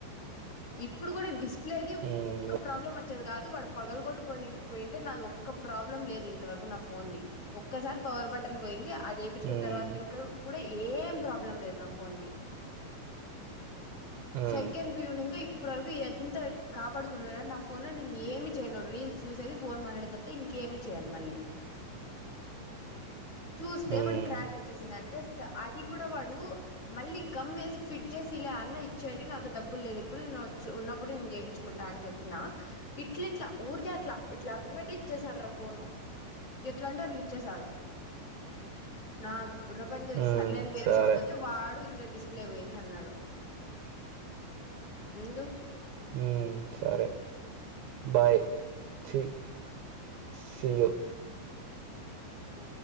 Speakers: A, on the left (about 30°); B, on the right (about 75°).
A: ఇప్పుడు కూడా డిస్ప్లేది
B: హ్మ్.
A: ఒక్క ప్రాబ్లమొ త్తేది కాదు వాడు పగలకొట్కోనింగ్ పోయ్యింటే నాది ఒక్క ప్రాబ్లం లేదు ఇంతవరకూ నా ఫోన్ ది ఒక్కసారి పవర్ బటన్ పోయింది అ జేపిచ్చున్న
B: హ్మ్.
A: తర్వాత నింకా కూడా ఏం ప్రాబ్లం లేదు నా ఫోన్ ది
B: హ్మ్.
A: సెకెన్ ఇక్ చూడనింకా ఇప్పటి వరకూ ఎంత కాపాడుకు <unintelligible> నా ఫోన్ లో నేను ఏమీ చేయను రీల్స్ చూసేది ఫోన్ మాట్లాడేది త పింకేమీ చేయను మళ్ళీ చూస్తే
B: హ్మ్.
A: వాడు క్రాకె చ్చేసిందంటే సా అది కూడా వాడు మళ్ళీ గమ్ ఏసి ఫిట్ చేసి ఈలా అన్న ఇచ్చేయండి నాతో డబ్ బ్బులేదు ఇప్పుడు నేను వచ్చు ఉన్నప్పుడు నేను చేపిచ్చుకుంటా అని చొప్పినా ఇట్లిట్లా ఊరికే అట్లా ఇట్లా అతకు పెట్టి ఇచ్చేసాడు రా ఫోను ఎట్లంటే అట్లు ఇచ్చేసాడు నాకు బుర్ర పని చేయలే
B: హ్మ్.
A: సరెలే అని వేరే
B: సరే.
A: షాప్ పోతే వాడు ఇంకా డిస్ప్లే పోయింది అన్నాడు ఉండు
B: ఊ సరే బాయ్ ఛీ సీయూ
A: ఊ